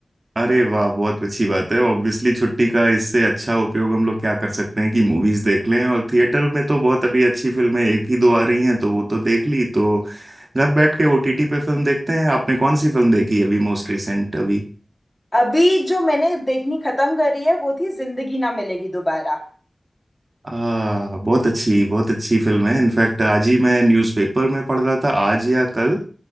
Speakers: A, on the right; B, on the left.
A: अरे वाह बहुत अच्छी बात है ऑब्वियसली छुट्टी का इससे अच्छा उपयोग हम लोग क्या कर सकते हैं कि मूवीज देख लें और थिएटर में तो बहुत अभी अच्छी फिल्में एक ही दो आ रही हैं तो वो तो देख ली तो घर बैठ के ओटीटी पे फिल्म देखते हैं आपने कौन सी फिल्म देखी अभी मोस्ट रिसेंट अभी
B: अभी जो मैंने देखनी खत्म करी है वो थी जिंदगी ना मिलेगी दोबारा
A: आ, बहुत अच्छी बहुत अच्छी फिल्म है इनफैक्ट आज ही मैं न्यूज़पेपर में पढ़ रहा था आज या कल